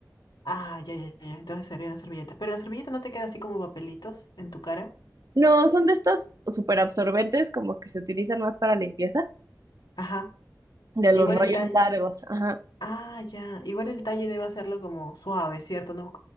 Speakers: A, on the left (about 80°); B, on the right (about 55°).
A: Ah, ya, ya, ya. ya, Entonces serviría una servilleta. Pero la servilleta no te queda así como papelitos en tu cara.
B: No, son de estas súper absorbentes como que se utilizan más para limpieza
A: Ajá.
B: de
A: Igual
B: los rollos
A: el talle.
B: largos. Ajá.
A: Ah, ya. Igual el talle debe hacerlo como suave, ¿cierto? ¿No?